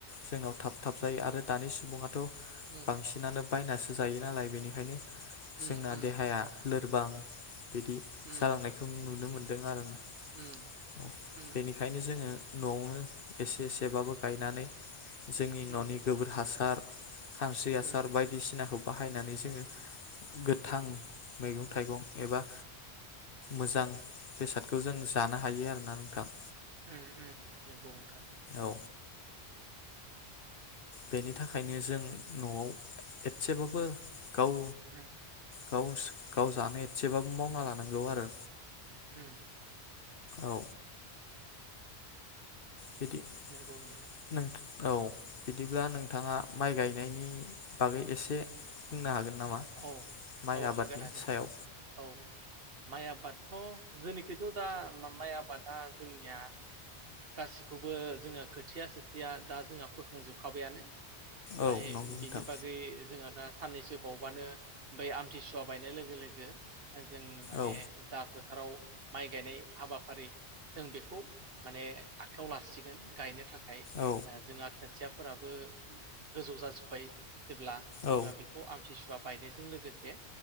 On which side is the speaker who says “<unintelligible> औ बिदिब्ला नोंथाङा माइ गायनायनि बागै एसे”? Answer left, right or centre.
Left